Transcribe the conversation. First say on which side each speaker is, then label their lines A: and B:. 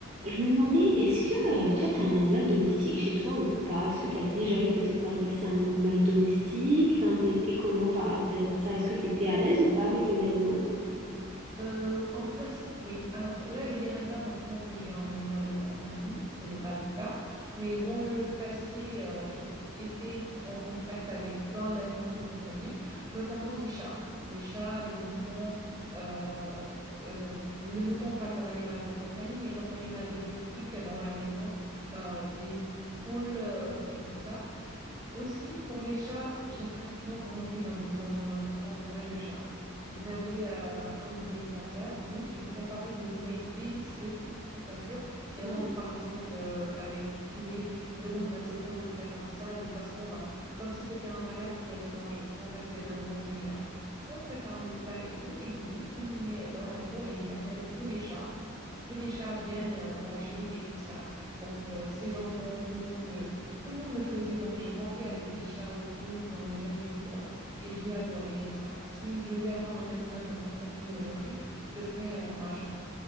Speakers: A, on the right; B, on the right.
A: Je me demandais, est-ce que euh, toi, t'es un animal domestique chez toi ou pas? Est-ce que t'as déjà eu peut-être par le passé un animal domestique? Enfin, t'es, t'es comment par, vis-à-vis de ça? Est-ce que t'étais à l'aise ou pas avec les animaux?
B: Euh, en principe, oui. Alors là, je dirais pas maintenant que j'ai un animal de compagnie, ce n'est pas le cas. Mais dans le passé, euh, j'ai été en contact avec plein d'animaux de compagnie, notamment les chats. Les chats, les moutons, euh, euh, le mouton pas comme animal de compagnie, mais comme animal domestique dans la maison, euh, des poules euh, et tout ça. Aussi, pour les chats, j'ai pratiquement grandi dans des environnements entourés de chats. On avait euh, un de mes grands-pères, lui, il préparait des mets délicieux, je t'assure. Il
A: Mhm.
B: rentre par exemple euh, avec du poulet, il demande à ce qu'on lui prépare ça de façon euh, comme si c'était un malade qui allait manger, sans assaisonnement ni rien. On prépare le plat et tout, et lui, il le met dans la cour et il appelle tous les chats. Tous les chats viennent euh, manger et tout ça. Donc, euh, ses enfants, tout le monde. euh, tout le monde le faisait, donc j'ai grandi avec les chats autour, j'en ai jamais eu peur et j'ai adoré ça. Si je devais avoir un animal de compagnie aujourd'hui, ce serait euh, un chat,